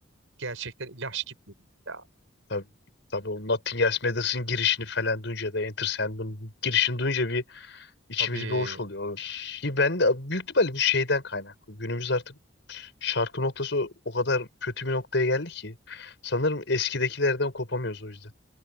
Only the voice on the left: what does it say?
Tabii, tabii o Nothing Else Matters'ın girişini falan duyunca da Enter Sandman'ın girişini duyunca bir içimiz
bir hoş oluyor. Ki ben de büyük ihtimalle bu şeyden kaynaklı. Günümüz artık şarkı noktası o kadar kötü bir noktaya geldi ki. Sanırım eskidekilerden kopamıyoruz o yüzden.